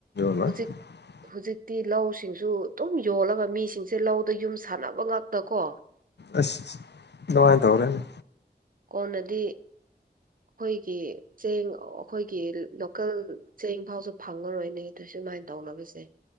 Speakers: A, on the left (about 75°); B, on the right (about 55°).
A: <unintelligible>
B: ꯍꯧꯖꯤꯛ ꯍꯧꯖꯤꯛꯇꯤ ꯂꯧꯁꯤꯡꯁꯨ ꯑꯗꯨꯝ ꯌꯣꯜꯂꯒ ꯃꯤꯁꯤꯡꯁꯦ ꯂꯧꯗ ꯌꯨꯝ ꯁꯥꯟꯅꯕ ꯉꯇ ꯀꯣ꯫
A: ꯑꯁ ꯅꯉꯥꯏ ꯇꯧꯔꯦꯅꯦ꯫
B: ꯀꯣꯟꯅꯗꯤ__ ꯑꯩꯈꯣꯏꯒꯤ ꯆꯦꯡ ꯑꯩꯈꯣꯏꯒꯤ ꯂꯣꯀꯦꯜ꯫ ꯆꯦꯡ ꯐꯥꯎꯁꯨ ꯐꯪꯉꯔꯣꯏꯅꯦ ꯑꯗꯨꯗ ꯁꯨꯃꯥꯏꯅ ꯇꯧꯅꯕꯁꯦ꯫